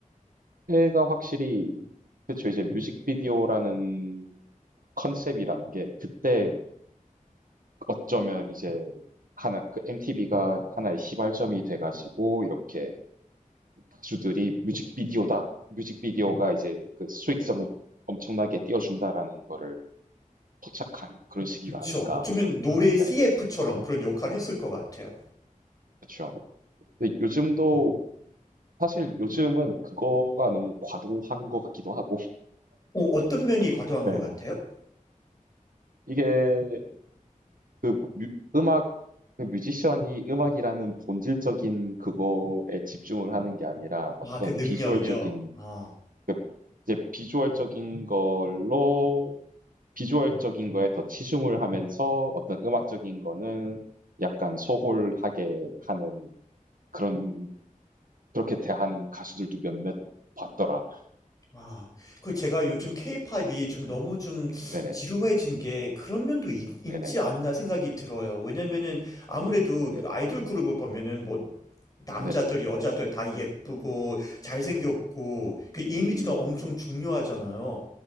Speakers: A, on the right; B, on the left.
A: 때가 확실히 그쵸 이제 뮤직비디오라는 컨셉이라는 게 그때 어쩌면 이제 하나 그 MTV가 하나의 시발점이 돼가지고 이렇게 가수들이 뮤직비디오다. 뮤직비디오가 이제 그 수익성을 엄청나게 띄워준다라는 거를 포착한 그런 시기가
B: 그쵸?
A: 아닐까.
B: 어쩌면 노래의 CF처럼
A: 네,
B: 그런 역할을 했을 것 같아요.
A: 그렇죠. 근데 요즘도 사실 요즘은 그거가 너무 과도한 것 같기도 하고.
B: 어, 어떤 면이 과도한
A: 네.
B: 것 같아요?
A: 이게 그 뮤- 음악 그 뮤지션이 음악이라는 본질적인 그거에 집중을 하는 게 아니라 어떤
B: 아, 그 능력이요.
A: 비주얼적인
B: 아,
A: 그 이제 비주얼적인 걸로 비주얼적인 거에 더 치중을 하면서 어떤 음악적인 거는 약간 소홀하게 하는 그런 그렇게 대하는 가수들도 몇몇 봤더라.
B: 아, 그 제가 요즘 케이팝이 좀 너무 좀
A: 네네,
B: 지루해진 게 그런 면도 있,
A: 네네,
B: 지 않나 생각이 들어요. 왜냐면은 아무래도
A: 네, 네네,
B: 그 아이돌 그룹을 보면은 뭐 남자들,
A: 네네.
B: 여자들 다 예쁘고 잘생겼고 그 이미지가
A: 음,
B: 엄청 중요하잖아요.